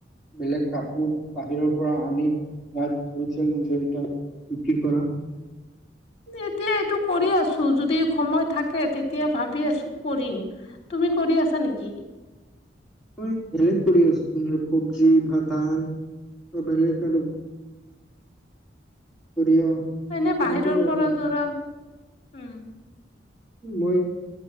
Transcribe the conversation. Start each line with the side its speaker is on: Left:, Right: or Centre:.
Centre: বেলেগ কাপোৰ বাহিৰৰ পৰা আনি ইয়াত হোলচেল জড়িত বিক্ৰী কৰা
Left: এতিয়া এইটো কৰি আছো যদি সময় থাকে তেতিয়া ভাবি আছো কৰিম তুমি কৰি আছা নেকি?
Centre: মই বেলেগ কৰি আছো কব্জি ভ ধান বেলেগ আৰু সৰিয়হ
Left: এনে
Centre: তেনেকুৱা
Left: বাহিৰৰ পৰা
Centre: বি-
Left: ধৰা উম
Centre: মই